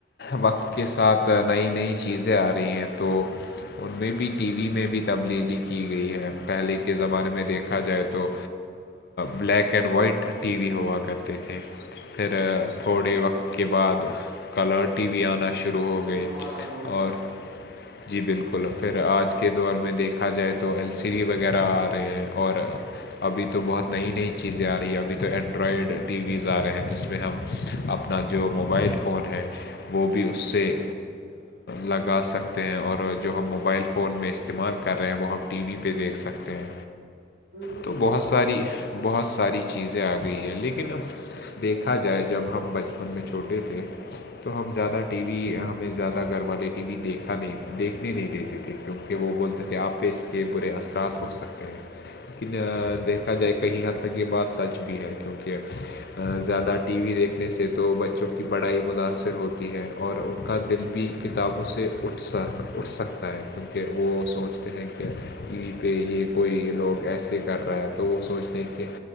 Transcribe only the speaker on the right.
جب
ہمارا دور تھا
بالکل
صحیح
بات
ہے